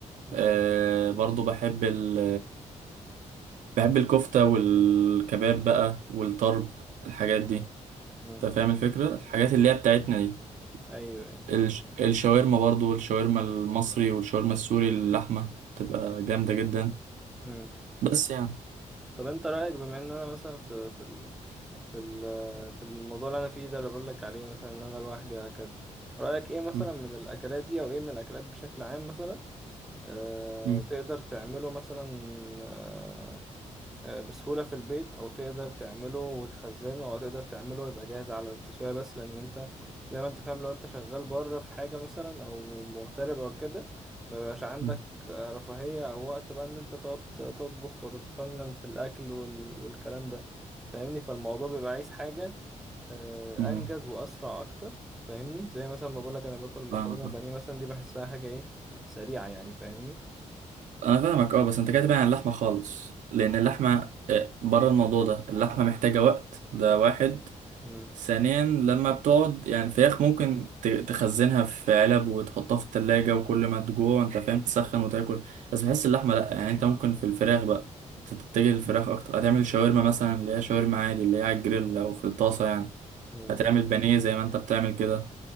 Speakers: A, in the centre; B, on the right (about 75°).
A: امم
B: آه برضو بحب ال بحب الكفته والكباب بقى والطرب الحاجات دي
A: امم
B: انت فاهم الفكره الحاجات اللي هي بتاعتنا دي
A: ايوه ايوه
B: الش- الشاورما برضو الشاورما المصري والشاورما السوري اللحمه بتبقى جامده جدا
A: امم
B: بس يعني
A: طب انت رأيك بما ان انا مثلا في في ال- في ال- في الموضوع اللي انا فيه ده اللي بقول لك عليه مثلا ان انا لوحدي وهكذا رأيك ايه مثلا
B: م-
A: من الاكلات دي او ايه من الاكلات بشكل عام مثلا آه
B: م-
A: تقدر تعمله مثلا آه، آه، بسهولة في البيت أو تقدر تعمله وتخزنه أو تقدر تعمله يبقى جاهز على التسوية بس لأن أنت زي ما أنت فاهم لو أنت شغال بره في حاجة مثلا أو مغترب أو كده مبيبقاش عندك
B: م-
A: آه، رفاهية أو وقت بقى إن أنت تقعد تطبخ وتتفنن في الأكل وال... والكلام ده فاهمني فالموضوع بيبقى عايز حاجة آه،
B: م.
A: أنجز وأسرع أكتر فاهمني زي مثلا ما بقولك أنا باكل مكرونة
B: فاهمك
A: وبانيه مثلا دي بحسها حاجة إيه سريعة يعني فاهمني
B: انا فاهمك اه بس انت كاتب عن اللحمه خالص لان اللحمه آه، بره الموضوع ده اللحمه محتاجه وقت ده واحد
A: مم.
B: ثانيا لما بتقعد يعني الفراخ ممكن ت- تخزنها في علب وتحطها في التلاجة وكل ما تجوع انت فاهم تسخن وتاكل بس بحس اللحمه لا يعني انت ممكن في الفراخ بقى تتجه للفراخ اكتر هتعمل شاورما مثلا اللي هي شاورما عادي اللي هي على الجريل او في الطاسه يعني
A: مم.
B: هتعمل بانيه زي ما انت بتعمل كده